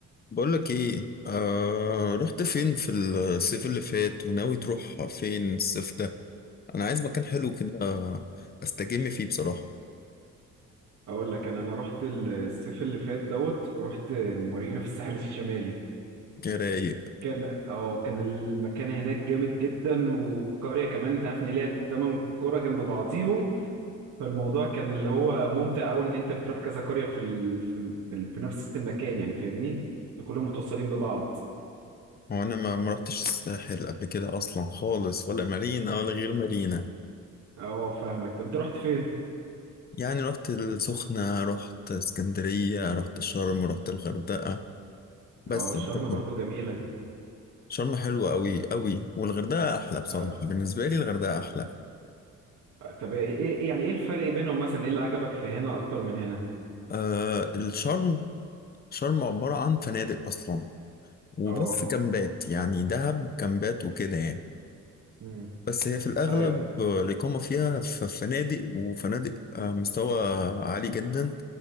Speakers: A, on the left; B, on the right.
A: بقولك ايه آه رحت فين في الصيف اللي فات وناوي تروح فين الصيف ده انا عايز مكان حلو كده استجم فيه بصراحة
B: اقول لك انا انا رحت ال- الصيف اللي فات دوت رحت مارينا في الساحل الشمالي
A: يا رايق
B: كان اه كان المكان هناك جامد جدا والقريه كمان انت عارف ان ليها 8 قرى جنب بعضيهم فالموضوع كان اللي هو ممتع قوي ان انت بتروح كذا قريه في ال... في ال... في, ال... في نفس المكان يعني فاهمني كلهم متوصلين ببعض
A: هو انا ما ما رحتش الساحل قبل كده اصلا خالص ولا مارينا ولا غير مارينا
B: اه فاهمك طب انت رحت فين
A: يعني رحت السخنة رحت اسكندرية رحت شرم رحت الغردقة بس
B: اه شرم
A: أعتقد
B: برضو بس جميله
A: شرم حلوة قوي قوي والغردقة احلى بصراحة
B: آه،
A: بالنسبة لي الغردقة احلى
B: طب ايه إيه- إيه، يعني ايه الفرق بينهم مثلا ايه اللي عجبك في هنا اكتر من هنا
A: آه الشرم شرم عبارة عن فنادق اصلا وبس
B: اه
A: كامبات يعني دهب كامبات وكده يعني
B: امم
A: بس هي في الأغلب
B: ايوه
A: آه، الإقامة فيها في فنادق وفنادق آه، مستوى عالي جدا